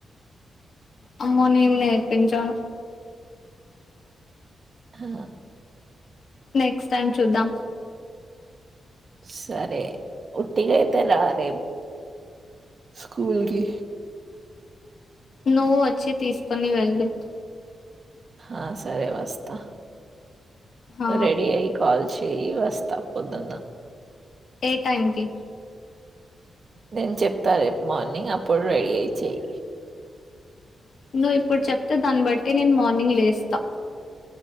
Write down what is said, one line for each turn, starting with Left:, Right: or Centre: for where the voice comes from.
Left: అమ్మో నేన్ నేర్పించా
Right: హ
Left: నెక్స్ట్ టైమ్ చూద్దాం
Right: సరే ఉట్టి గైతే రా రేపు స్కూల్కి
Left: నువ్వు వచ్చి తీసుకొని వెళ్లు
Right: ఆ సరే వస్తా
Left: ఆ
Right: రెడీ అయ్ కాల్ చెయ్ వస్తా పోదున్న
Left: ఏ టైమ్కి
Right: నేన్ చెప్తా రేపు మార్నింగ్ అప్పుడు రెడీ అయి చెయ్
Left: నువ్ ఇప్పుడు చెప్తే దాన్ని బట్టి నేను మార్నింగ్ లేస్తా